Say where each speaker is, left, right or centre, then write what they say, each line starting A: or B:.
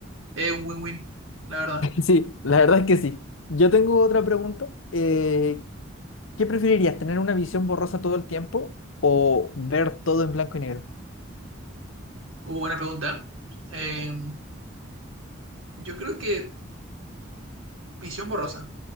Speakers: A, on the right; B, on the left.
A: Es un win-win, la verdad.
B: Sí, la verdad es que sí. Yo tengo otra pregunta. eh, ¿qué preferirías, tener una visión borrosa todo el tiempo o ver todo en blanco y negro?
A: Uh, buena pregunta. Eh, yo creo que visión borrosa,